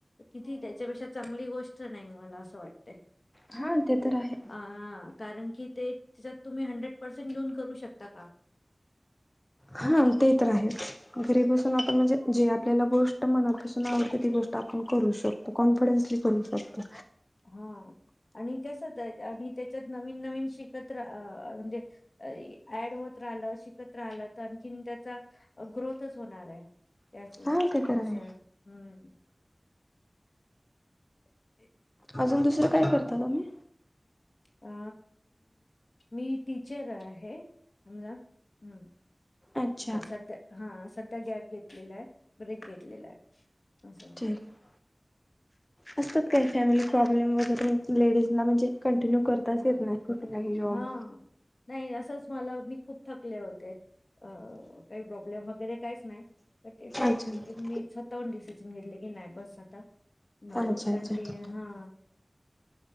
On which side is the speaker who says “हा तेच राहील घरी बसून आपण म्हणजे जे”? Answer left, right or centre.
Left